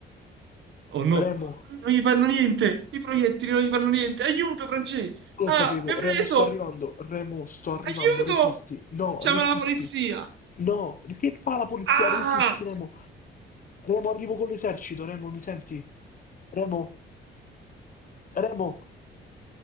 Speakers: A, on the right (about 70°); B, on the left (about 45°).
A: Oh no,
B: Remo.
A: non gli fanno niente! I proiettili non gli fanno niente! Aiuto, Francesco!
B: Lo
A: Ah,
B: sapevo,
A: mi ha preso!
B: Remo, sto arrivando, Remo, sto arrivando,
A: Aiuto!
B: resisti, no,
A: Chiama
B: resisti,
A: la polizia!
B: no, che fa la polizia?
A: Ah!
B: Resisti, Remo, Remo, arrivo con l'esercito, Remo, mi senti? Remo, Remo,